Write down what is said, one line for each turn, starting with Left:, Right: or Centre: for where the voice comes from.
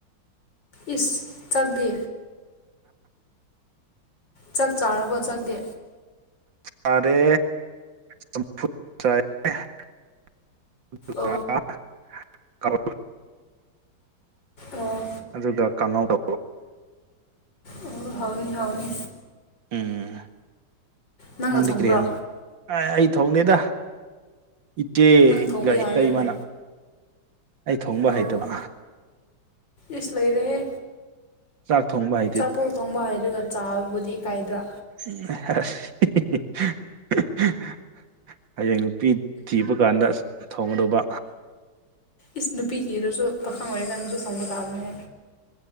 Left: ꯏꯁ ꯆꯛꯗꯤ ꯆꯥꯛ ꯆꯥꯔꯕꯣ ꯆꯛꯗꯤ
Right: ꯇꯥꯔꯦ ꯆꯝꯐꯨꯠ <unintelligible>
Left: ꯑꯣ ꯑꯣ
Right: ꯑꯗꯨꯒ ꯀꯉꯥꯎꯗꯣ
Left: ꯑꯣ ꯍꯥꯎꯅꯤ ꯍꯥꯎꯅꯤ
Right: ꯎꯝ
Left: ꯅꯪꯅ
Right: ꯅꯪꯗꯤ
Left: ꯊꯣꯡꯕ꯭ꯔꯣ
Right: ꯀ꯭ꯔꯤ ꯑꯦꯟ ꯑ ꯑ ꯩ ꯊꯣꯡꯗꯦꯗ ꯏꯆꯦꯒ
Left: ꯅꯪ ꯊꯣꯡꯕ ꯌꯥꯗ꯭ꯔꯅꯦ
Right: ꯏꯇꯩꯃꯅ ꯑꯩ ꯊꯣꯡꯕ
Left: ꯑꯣ
Right: ꯍꯩꯇꯕ
Left: ꯏꯁ ꯂꯣꯏꯔꯦꯍꯦ
Right: ꯆꯥꯛ ꯊꯣꯡꯕ ꯍꯩ
Left: ꯆꯥꯛꯄꯨ ꯊꯣꯡꯕ ꯍꯩꯗꯒ ꯆꯥꯕꯕꯨꯗꯤ ꯏꯀꯥꯏꯗ꯭ꯔꯥ
Right: <unintelligible> ꯍꯌꯦꯡ ꯅꯨꯄꯤ ꯊꯤꯕ ꯀꯥꯟꯗ ꯑꯁ ꯊꯣꯡꯒꯗꯧꯕ
Left: ꯏꯁ ꯅꯨꯄꯤꯊꯤꯔꯖꯨ ꯄꯥꯈꯪ ꯑꯣꯏꯔꯤꯀꯥꯟꯗꯁꯨ ꯊꯣꯡꯕ ꯇꯥꯕꯅꯤꯅꯦ